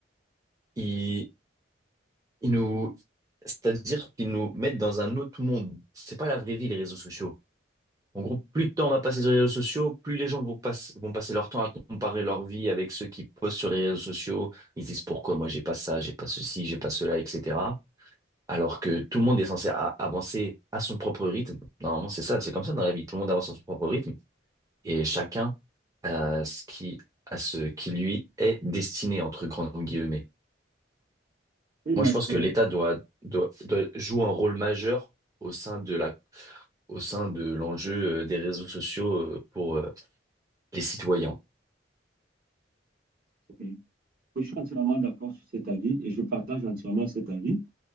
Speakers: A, on the right (about 20°); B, on the right (about 50°).
A: ils, ils nous, c'est-à-dire qu'ils nous mettent dans un autre monde. C'est pas la vraie vie, les réseaux sociaux. En gros, plus de temps on va passer sur les réseaux sociaux, plus les gens vont, passe- vont passer leur temps à comparer leur vie avec ceux qui postent sur les réseaux sociaux. Ils disent pourquoi moi j'ai pas ça, j'ai pas ceci, j'ai pas cela, etc. Alors que tout le monde est censé a- avancer à son propre rythme. Normalement, c'est ça, c'est comme ça dans la vie. Tout le monde avance à son propre rythme et chacun à ce qui, à ce qui lui est destiné, entre grandes guillemets.
B: Oui,
A: Moi,
B: mais
A: je pense
B: Oui,
A: que l'État doit, doit, doit jouer un rôle majeur au sein de la, au sein de l'enjeu euh, des réseaux sociaux euh, pour, euh, les citoyens.
B: ok. Oui, je suis entièrement d'accord sur cet avis et je partage entièrement cet avis.